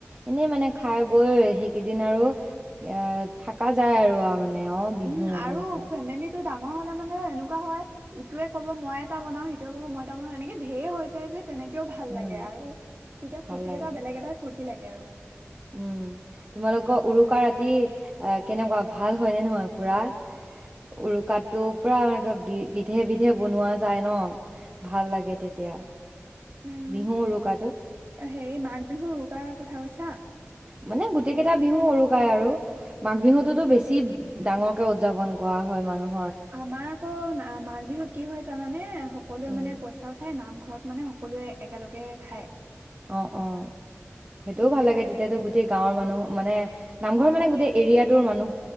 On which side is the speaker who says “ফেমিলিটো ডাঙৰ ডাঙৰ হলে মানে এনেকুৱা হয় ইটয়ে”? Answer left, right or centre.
Right